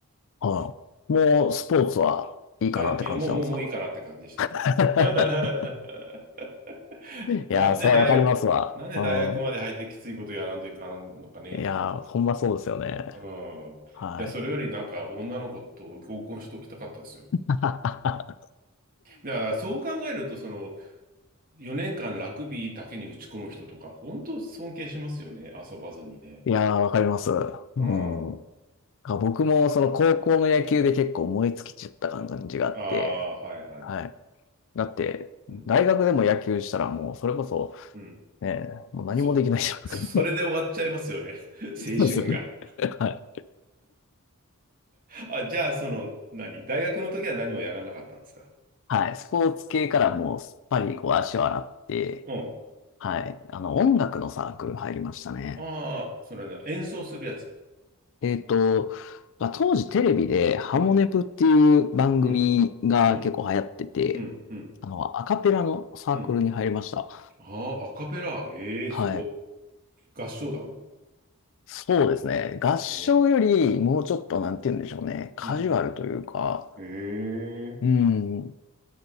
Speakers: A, on the left; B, on the right.
A: はい。
B: はい
A: もう、スポーツはいいかなって感じなんですか
B: や、いや、もう、もう、もういいかなって感じでしたね。
A: <laughs>
B: <laughs> なんで大学、
A: いやー、それはわかりますわ。
B: なんで大学まで入ってきついことやらんといかんのかねと思うんですね。
A: うん。いやー、ほんまそうですよね。
B: うん。いや、
A: はい。
B: それよりなんか女の子と合コンしときたかったですよ。
A: <laughs>
B: だからそう考えると、その4年間ラグビーだけに打ち込む人とか、本当尊敬しますよね。遊ばずにね。
A: いやー、わかります。うん。
B: うん。
A: あ、僕もその高校の野球で結構燃え尽きちゃった感じがあって、
B: ああ、はいはい。
A: はい。だって、
B: うん。
A: 大学でも野球したらもうそれこそ、
B: うん。
A: ね、もう何もできないじゃん。
B: そ、
A: <laughs>
B: そそれで終わっちゃいますよね。<laughs> 青春が。
A: そうですよね。はい。
B: あ、じゃあ、その、何大学の時は何もやらなかったんですか
A: はい。スポーツ系からもうすっぱりこう足を洗って、
B: うん。
A: はい。あの、音楽のサークル入りましたね。
B: ああ、それね、演奏するやつ。
A: えっと、まあ、当時テレビでハモネプっていう番組が結構流行ってて、
B: うん、うん、うん、うん、うん、
A: あの、アカペラのサークルに入りました。
B: うん。ああ、アカペラ。ええすご。
A: はい。
B: 合唱団
A: そうですね。合唱よりもうちょっとなんて言うんでしょうね。
B: ええ
A: カジュアルというか、
B: うん。ええ
A: うん。